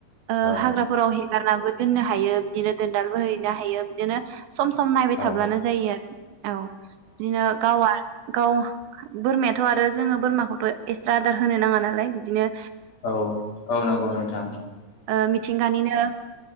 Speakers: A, on the right (about 80°); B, on the left (about 55°).
A: ओ
B: औ
A: हाग्राफोराव गारनाबो दोननो हायो बिदिनो दोनदालबो हैनो हायो बिदिनो सम सम नायबाय
B: औ
A: थाब्लानो जायो आरो औ बिदिनो गावा गाव बोरमायाथ' आरो जोङो बोरमाखौथ' एक्सट्रा आदार होनो नाङा नालाय बिदिनो
B: औ औ नंगौ नोंथां
A: ओ मिथिंगानिनो